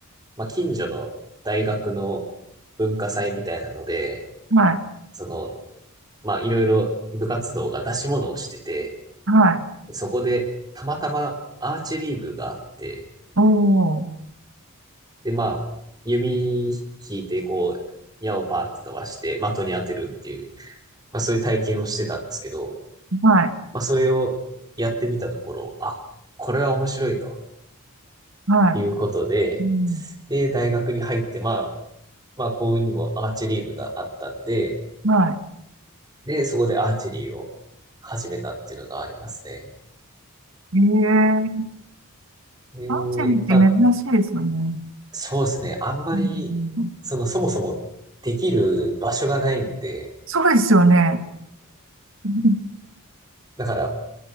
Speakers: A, on the right (about 20°); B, on the right (about 60°).
A: まあ、近所の大学の文化祭みたいなので、
B: はい、
A: その、まあ、いろいろ部活動が出し物をしてて、
B: はい、
A: でそこでたまたまアーチェリー部があって、
B: おー、
A: で、まあ、弓引いて、こう、矢をパーって飛ばして、的に当てるっていう、まあ、そういう体験をしてたんですけど、
B: はい、
A: まあ、それをやってみたところ、あ、これは面白いと
B: はい、
A: いうことで、
B: うん、
A: で、大学に入って、まあ、まあ、幸運にもアーチェリー部があったんで、
B: は
A: で、そこでアーチェリーを始めたっていうのがありますね。
B: い。ええー
A: で、
B: アーチェリーって珍しいですよね。
A: まあ、そうですね。あんまり、
B: うん、
A: その、そもそもできる場所がないんで、
B: そうですよね。うん
A: だから、